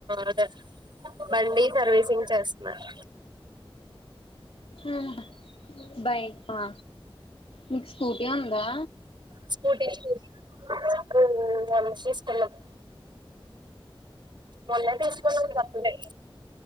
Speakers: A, on the right (about 55°); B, on the left (about 80°).
A: అదే బండి సర్వీసింగ్ చేస్తున్నారు.
B: మ్మ్ బైక్ ఆ మీక్ స్కూటీ ఉందా
A: స్కూటీ చూ ఊ మొన్న తీసుకున్నాం మొన్నే తీసుకున్నమ్ ఇంక అప్పుడె